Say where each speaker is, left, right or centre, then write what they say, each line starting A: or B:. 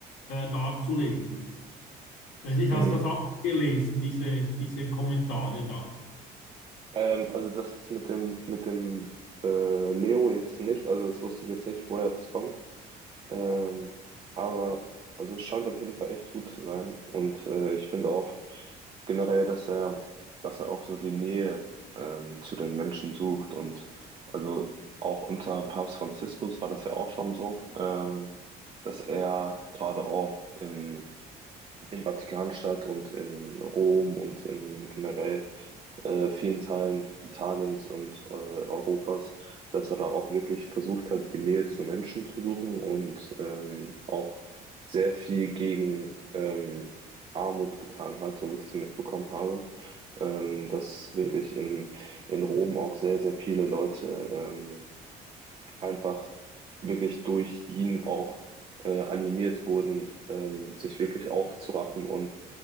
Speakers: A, on the left; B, on the right.
A: äh, darzulegen. Weiß ich, hast
B: Mhm.
A: du das auch gelesen, diese, diese Kommentare da?
B: Ähm, also das jetzt mit dem, mit dem äh, Leo jetzt nicht, also das wusste ich jetzt nicht, woher das kommt. Ähm, aber also es scheint auf jeden Fall echt gut zu sein. Und äh, ich finde auch generell, dass er, dass er auch so die Nähe ähm, zu den Menschen sucht. Und also auch unter Papst Franziskus war das ja auch schon so, ähm, dass er gerade auch in, in Vatikanstadt und in Rom und in generell äh, vielen Teilen Italiens und äh, Europas, dass er da auch wirklich versucht hat, die Nähe zu Menschen zu suchen und ähm, auch sehr viel gegen ähm, Armut getan hat, so wie ich das mitbekommen habe. Ähm, dass wirklich in, in Rom auch sehr, sehr viele Leute ähm, einfach wirklich durch ihn auch äh, animiert wurden, ähm, sich wirklich aufzuraffen und